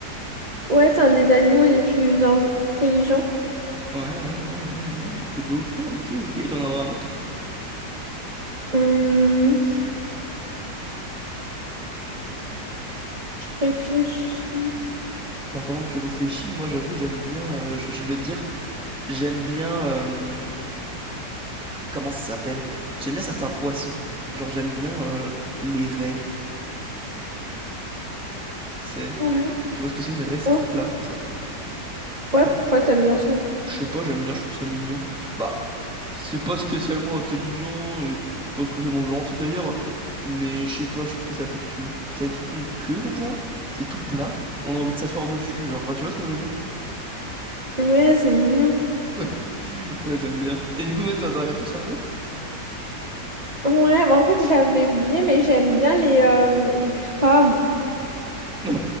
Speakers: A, on the right; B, in the centre.
A: Ouais, c'est un des animaux les plus in- intelligents.
B: Ouais, ouais, ouais, ouais, ouais. Donc, le dauphin, ok, ok. Et t'en auras un autre?
A: Hum, réfléchis.
B: Bah, pendant que tu réfléchis, moi, j'avoue, j'aime bien, euh, je je vais te dire. J'aime bien. euh, comment ça s'appelle? J'aime bien certains poissons. Genre, j'aime bien euh, les raies. Tu sais.
A: Ouais.
B: Tu vois ce que c'est une raie, c'est
A: Hein
B: tout plat comme ça.
A: Ouais, pourquoi t'aimes bien ça?
B: Je sais pas, j'aime bien, je trouve ça mignon. Bah, c'est pas spécialement intelligent et c'est pas spécialement gentil d'ailleurs. Mais je sais pas, je trouve que c'est affectueux. Ça a une toute longue queue comme ça. C'est tout plat. On a envie de s'asseoir dessus, genre. Enfin, tu vois ce que je veux dire?
A: Ouais, c'est mignon.
B: Ouais, <laughs> ouais, j'aime bien. Et du coup, ouais, t'en as réfléchi à un autre? <laughs>
A: Ouais, mais en fait, j'avais oublié, mais j'aime bien les, euh, les crabes.
B: Non,